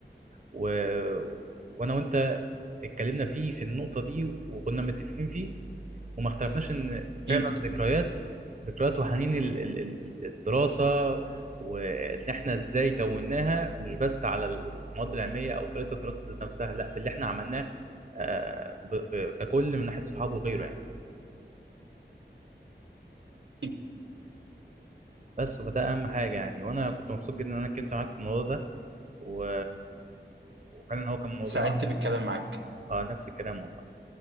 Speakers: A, on the right; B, on the right.
A: و... وانا وانت اتكلمنا فيه في النقطة دي وكنا متفقين فيه وما اختلفناش ان
B: اكيد
A: فعلا ذكريات ذكريات وحنين ال- ال- ال- الدراسة وان احنا ازاي كوناها مش بس على المواد العلمية او طريقة الدراسة ذات نفسها لا باللي احنا عملناه آه، ب- ب- ككل من ناحية صحابه وغيره يعني
B: اكيد
A: بس فده اهم حاجة يعني وانا كنت مبسوط جدا ان انا اتكلمت معاك في الموضوع ده و... وفعلا هو كان موضوع
B: سعدت بالكلام معاك
A: اه نفس الكلام والله